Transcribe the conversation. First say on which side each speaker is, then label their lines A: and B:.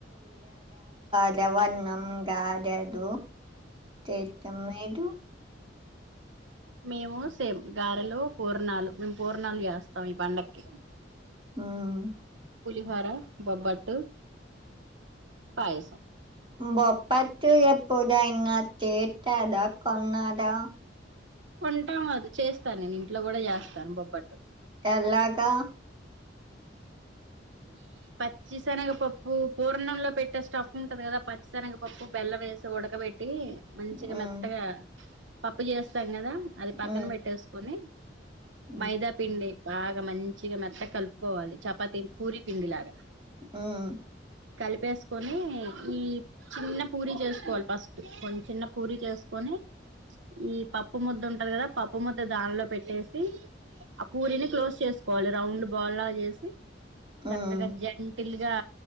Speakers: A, on the right; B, on the right.
A: ఇంకెవర్ని నమ్మం దాదాదు తితిమ్మైదు
B: మేము సేమ్ గారెలు, పూర్ పూర్ణాలు మేము పూర్ణాలు చేస్ తం ఈ పండకి
A: ఉహ్
B: హొర, బొబ్బట్టు పాయసం
A: బొప్పట్ ఎప్పుడు అయినా చేతదా, కొన్నదా
B: కొంటాం అది చేస్తాను. నేను ఇంట్లో కూడా చేస్తాను బొబ్బట్టు.
A: ఎలాగా
B: ఈ పచ్చిశనగపప్పు పూర్ణంలో పెట్టే స్టఫ్ ఉంటది. కదా పచ్చిశనగపప్పు బెల్ల వేసి ఉడకబెట్టి. మంచిగా
A: మ్మ్
B: మెత్తగా పప్పు చేస్తాం కదా. అది పక్కన
A: మ్మ్
B: పెట్టేసుకొని
A: మ్మ్
B: మైదాపిండి బాగా మంచిగా మెత్త కలుపుకోవాలి చపాతి పూరి పిండిలాగా
A: ఆహ్
B: కలిపేసుకొని ఈ చిన్న పూరి చేసుకోవాలి ఫస్ట్ కొం చిన్న పూరి చేసుకొని. ఈ పప్పు ముద్ద ఉంటది కదా. పప్పు ముద్ద దానిలో పెట్టేసి ఆ పూరిని క్లోజ్ చేసుకోవాలి రౌండ్ బోల్ చేసి
A: మ్మ్
B: చక్కగా జంటిల్ గా